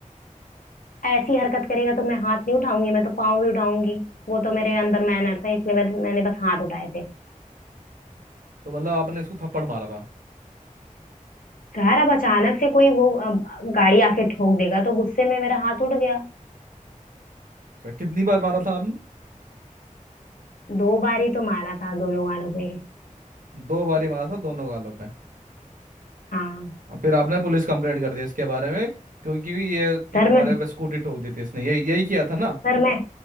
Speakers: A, on the left; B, on the right.
A: ऐसी हरकत करेगा तो मैं हाथ नहीं उठाऊंगी मैं तो पाँव भी उठाऊंगी वो तो मेरे अंदर मैनर्स है इसलिए मैं, मैंने बस हाथ उठाए थे
B: तो मतलब आपने इसको थप्पड़ मारा था
A: खैर अब अचानक से कोई वो अ, गाड़ी आके ठोक देगा तो गुस्से में मेरा हाथ उठ गया
B: अच्छा, कितनी बार मारा था आपने
A: दो बार ही तो मारा था दोनों गालों पे
B: दो बार ही मारा था दोनों गालों पे
A: हाँ
B: और फिर आपने पुलिस कंप्लेंट कर दी इसके बारे में क्योंकि ये
A: सर
B: तुम्हारे
A: मैं
B: पे स्कूटी ठोक दी थी इसने ये यही किया था ना
A: सर मैं